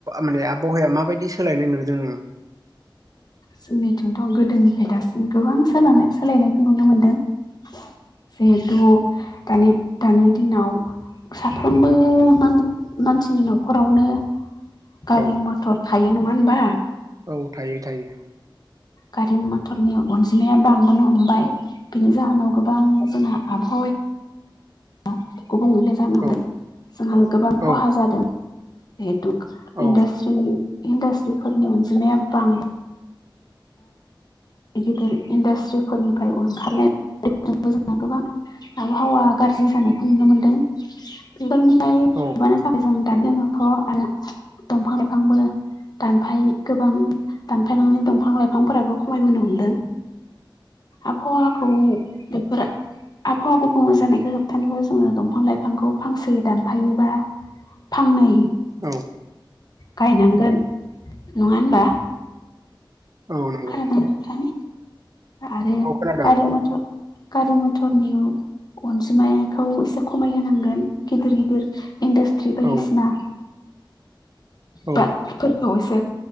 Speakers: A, on the right; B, on the left.
A: माने आबहावाया माबायदि सोलायनाय नुदों नोङो
B: जोंनिथिंथ' गोदोनिफ्राय दासिम गोबां सनाय सोलायनायखौ नुनो मोनदों जिहेतु दानि दानि दिनाव साफ्रोमबो मानसिनि न'खरावनो गारि
A: औ
B: मथर थायो नङा होनबा
A: औ थायो थायो
B: गारि मथरनि अनजिमाया बांबोनो हमबाय बिनि जाहोनाव गोबां जोंहा आब' <unintelligible> जान
A: औ
B: जोंहा गोबां खहा
A: औ
B: जादों जिहेथु
A: औ
B: इन्डास्ट्रिनि इन्डासट्रिफोरनि अनजिमा बां गिदिर इन्डास्ट्रिफोरनिफ्राय ओंखारनाय जोंना गोबां आबहावा गाज्रि जानायखौ नुनो मोनदों बेफोरनि ओमायबानो
A: औ
B: साख स दानो आरो दंफां लाइफांबो दानफाय गोबां दानफाय लांनानै दं दफां लाइफांफोराबो खमायबोनो हमदों आबहावा औ बेफोरा आबहावा गुबो जानायखौ होबथानोबा जोङो दंफां लाइफांखौ फांसे दानफायोबा। थांनाय
A: औ।
B: गायनांगोन नङा होनबा?
A: औ नंगौ।
B: आरो नोंथां आरो
A: औ खोनादों
B: गारि मथर गारि मथरनियाव अनजिमाखौ एसे खमायहांगोन गिदिर गिदिर इन्डास्ट्रि बायदिसिना
A: औ औ
B: फोरखौ एसे